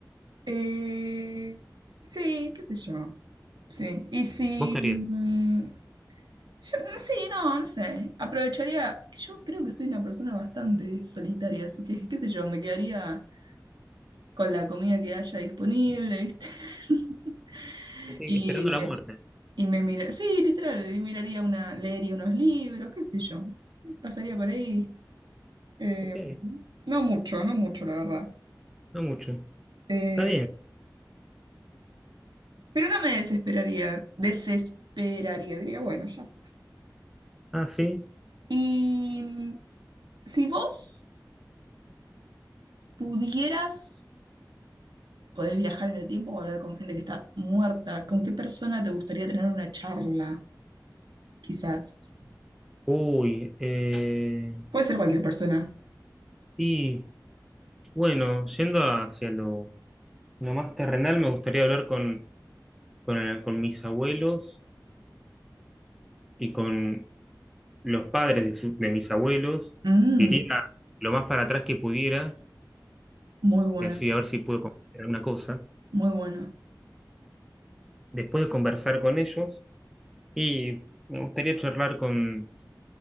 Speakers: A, on the right; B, in the centre.
A: eh, sí, qué sé yo, sí. Y si,
B: ¿Vos qué
A: mm,
B: harías?
A: yo, no, sí, no, no sé, aprovecharía, yo creo que soy una persona bastante solitaria, así que, qué sé yo, me quedaría con la comida que haya disponible, ¿viste? <laughs>
B: Ok,
A: Y
B: esperando la
A: me
B: muerte.
A: Y me mira, sí, literal, y miraría una, leería unos libros, qué sé yo. Pasaría por ahí. eh,
B: Ok,
A: no mucho, no mucho, la verdad.
B: no mucho.
A: Eh,
B: Está bien.
A: pero no me desesperaría, desesperaría, diría, bueno, ya fue.
B: Ah, sí.
A: Y mm, si vos pudieras, podés viajar en el tiempo o hablar con gente que está muerta, ¿con qué persona te gustaría tener una charla? Quizás.
B: Uy, eh,
A: Puede ser cualquier persona.
B: y bueno, yendo hacia lo, lo más terrenal, me gustaría hablar con, con, eh, con mis abuelos y con los padres de, su- de mis abuelos.
A: Mm,
B: Iría lo más para atrás que pudiera,
A: muy bueno,
B: y así a ver si puedo comprender alguna cosa.
A: muy bueno.
B: después de conversar con ellos y me gustaría charlar con,